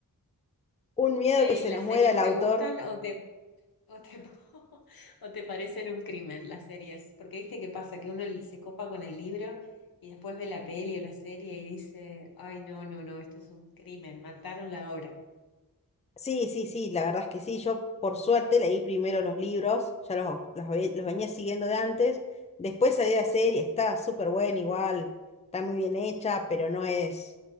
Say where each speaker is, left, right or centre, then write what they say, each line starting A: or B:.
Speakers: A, on the left (about 20°); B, on the left (about 75°).
A: un miedo
B: Che,
A: que se
B: ¿y las
A: nos muera
B: series
A: el autor.
B: te gustan o te, o te, <laughs> o te parecen un crimen las series? Porque viste qué pasa, que uno se copa con el libro y después ve la peli o la serie y dice, ay, no, no, no, esto es un crimen, mataron la obra.
A: Sí, sí, sí, la verdad es que sí. Yo, por suerte, leí primero los libros, ya los, los, ve- los venía siguiendo de antes. Después salió la serie, está súper buena igual, está muy bien hecha, pero no es,